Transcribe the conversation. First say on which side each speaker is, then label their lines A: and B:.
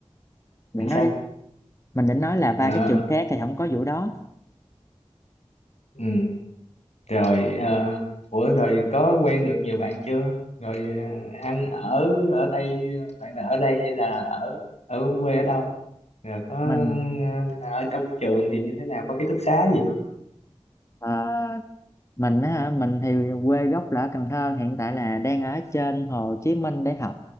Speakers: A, on the left; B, on the left.
A: bạn
B: làm
A: nói
B: sao?
A: đi mình định nói là ba
B: Ờ,
A: cái trường khác thì không có vụ đó
B: ừm, rồi ờ, ủa rồi có quen được nhiều bạn chưa? Rồi ờ, ăn ở ở đây bạn là ở đây hay là ở ở quê ở đâu? Rồi có
A: mình
B: ờ, ở trong trường thì như thế nào? Có ký túc xá gì
A: ờ, mình á hả mình thì quê gốc là ở Cần Thơ hiện tại là đang ở trên Hồ Chí Minh để học